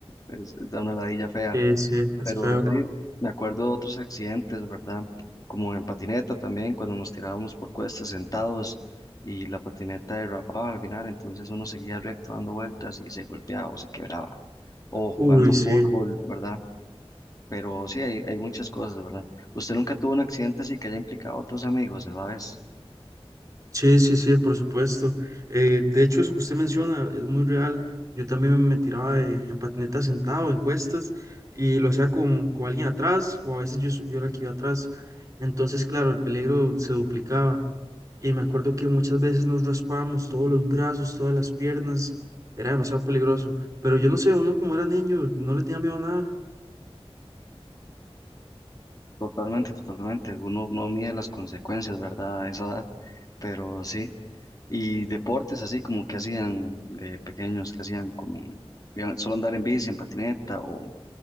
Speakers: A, on the left; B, on the right.
A: es- da una ladilla fea.
B: sí, sí, es
A: Pero
B: feo.
A: sí, me acuerdo de otros accidentes, ¿verdad? Como en patineta también, cuando nos tirábamos por cuestas sentados y la patineta derrapaba al final, entonces uno seguía recto dando vueltas y se golpeaba o se quebraba. O jugando
B: Uy, sí.
A: fútbol, ¿verdad? Pero sí, hay, hay muchas cosas, ¿verdad? ¿Usted nunca tuvo un accidente así que haya implicado a otros amigos a la vez?
B: Sí, sí, sí, por supuesto. Eh, de hecho, eso que usted menciona es muy real. Yo también me tiraba eh, en patineta sentado, en cuestas, y lo hacía con, con alguien atrás, o a veces yo, s- yo era el que iba atrás. Entonces, claro, el peligro se duplicaba. Y me acuerdo que muchas veces nos raspábamos todos los brazos, todas las piernas. Era demasiado peligroso. Pero yo no sé, uno como era niño, no le tenía miedo a nada.
A: Totalmente, totalmente. Uno no mide las consecuencias, ¿verdad? A esa edad, pero sí. Y deportes así como que hacían de pequeños, que hacían como iban solo andar en bici, en patineta, o